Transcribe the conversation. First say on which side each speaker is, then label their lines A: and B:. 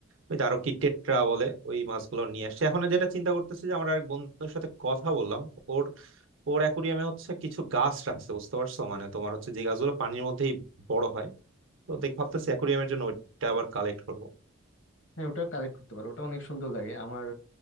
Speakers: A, on the right (about 70°); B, on the left (about 65°).
A: ওই আরো কি টেট্রা বলে ওই মাছগুলো নিয়ে আসছি এখন যেটা চিন্তা করতেছি যে আমার এক বন্ধুর সাথে কথা বললাম ওর ওর অ্যাকুরিয়ামে হচ্ছে কিছু গাছ রাখছে বুঝতে পারছো মানে তোমার হচ্ছে যে গাছগুলো পানির মধ্যেই বড় হয় তো দেখ ভাবতেছি অ্যাকুরিয়ামের জন্য ওইটা আবার কালেক্ট করবো
B: হ্যাঁ ওটা কালেক্ট করতে পারো ওটা অনেক সুন্দর লাগে আমার